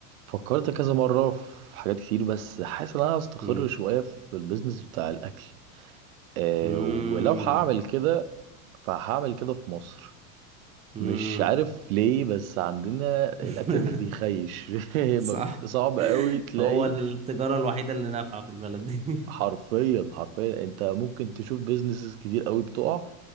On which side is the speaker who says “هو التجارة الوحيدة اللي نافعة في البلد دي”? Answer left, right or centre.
Right